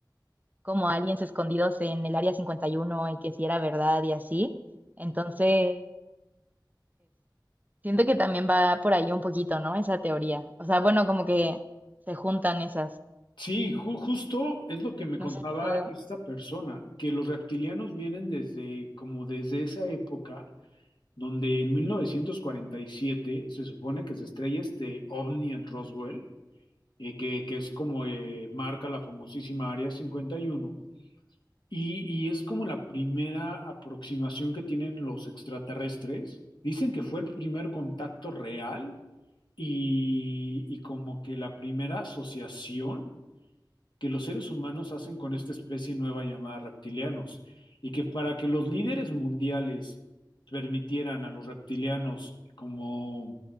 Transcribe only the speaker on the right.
como aliens escondidos en el Área 51 y uno y que si era verdad y así. Entonces, siento que también va por ahí un poquito, ¿no? Esa teoría. O sea, bueno, como que se juntan esas.
No sé si todo.